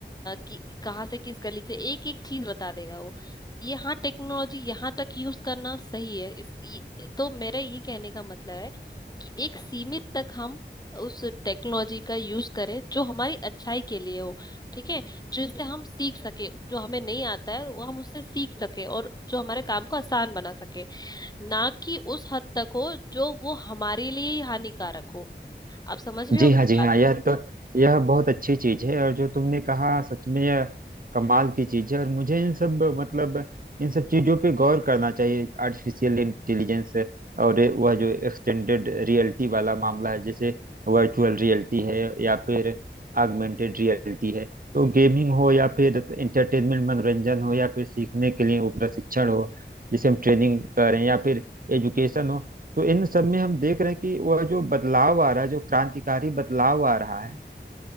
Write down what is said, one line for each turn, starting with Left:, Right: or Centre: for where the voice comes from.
Left: कि कहाँ से किस गली से एक एक चीज बता देगा वो ये हाँ टेक्नोलॉजी यहाँ तक यूज करना सही है इस ये- तो मेरा ये कहने का मतलब है कि एक सीमित तक हम उस टेक्नोलॉजी का यूज करें जो हमारी अच्छाई के लिए हो ठीक है जिससे हम सीख सके जो हमें नहीं आता है वो हम उससे सीख सके और जो हमारे काम को आसान बना सके ना कि उस हद तक हो जो वो हमारे लिए ही हानिकारक हो आप समझ रहे
Right: जी
Left: हो मेरी
Right: हाँ जी हाँ
Left: बात
Right: यह तो यह बहुत अच्छी चीज है और जो तुमने कहा सच में यह कमाल की चीज है और मुझे इन सब मतलब इन सब चीजों पे गौर करना चाहिए आर्टिफिशियल इंटेलिजेंस और वह जो एक्सटेंडेड रियलिटी वाला मामला है जैसे वर्चुअल रियलिटी है या फिर आगमेंटेड रियलिटी है तो गेमिंग हो या फिर इंटरटेनमेंट मनोरंजन हो या फिर सीखने के लिए वो प्रशिक्षण हो जिसे हम ट्रेनिंग करें या फिर एजुकेशन हो तो इन सब में हम देख रहे हैं कि वह जो बदलाव आ रहा है जो क्रांतिकारी बदलाव आ रहा है